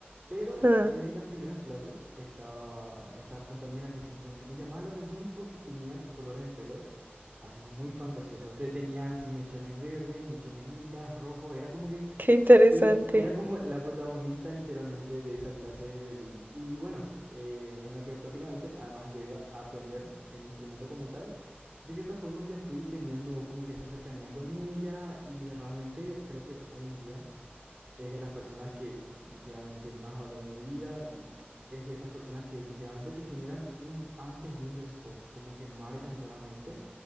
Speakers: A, on the right; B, on the right.
A: Pero
B: Ah,
A: desde las primeras clases estaba esta compañera que siempre me llamaba la atención porque tenía colores de pelos así muy fantasiosos. Te- Tenía así mechones verdes, mechones lilas, rojos. Era como que
B: qué interesante.
A: y era como la protagonista literalmente de esa clase de violín. Y bueno, eh, en lo que prácticamente, además yo iba a aprender el instrumento como tal, de cierta forma ya fui teniendo como que esa cercanía con ella y realmente creo que hoy en día es de las personas que literalmente más valoro en mi vida y es de esas personas que literalmente te generan un antes y un después, como que marcan realmente